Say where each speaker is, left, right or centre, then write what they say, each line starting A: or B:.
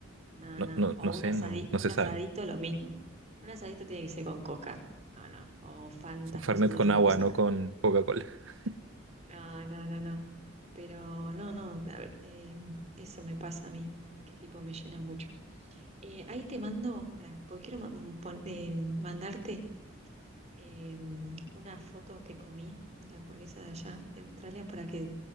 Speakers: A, on the right; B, on the right.
A: nada,
B: No,
A: nada,
B: no,
A: o
B: no
A: un
B: sé,
A: asadi-
B: no, no
A: un
B: se
A: asadito
B: sabe.
A: lo mismo, un asadito tiene que ser con coca, no, no, o Fantas nosotros
B: Fernet con
A: tenemos
B: agua, no
A: acá,
B: con Coca-Cola. <laughs>
A: no, no, no, no, pero no, no, a ver, eh, eso me pasa a mí, que tipo me llena mucho. Eh, ahí te mando, para, porque quiero ma- mm, pon- eh, mandarte em, una foto que comí de la hamburguesa de allá, de Australia, para que